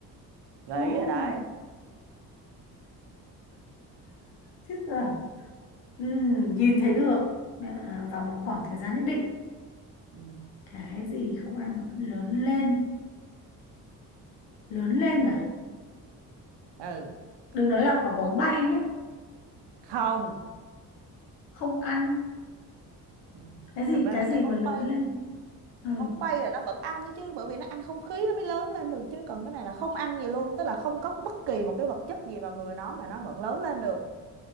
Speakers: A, on the right; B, on the left.
A: gợi
B: ồ oh,
A: ý rồi đấy
B: chết rồi Ừm, nhìn thấy được à, vào một khoảng thời gian nhất định
A: ừ.
B: cái gì không ăn mà vẫn lớn lên lớn lên à
A: Ủa, ừ
B: đừng nói là quả bóng
A: ủa,
B: bay nhé
A: không
B: không ăn
A: Ừ.
B: cái gì
A: thật ra
B: cái
A: là
B: gì
A: cái
B: mà
A: bóng
B: lớn
A: bay
B: lên ừ.
A: bóng bay là nó vẫn ăn đấy chứ bởi vì nó ăn không khí nó mới lớn lên được chứ còn cái này là không ăn gì luôn tức là không có bất kỳ một cái vật chất gì vào người nó mà nó vẫn lớn lên được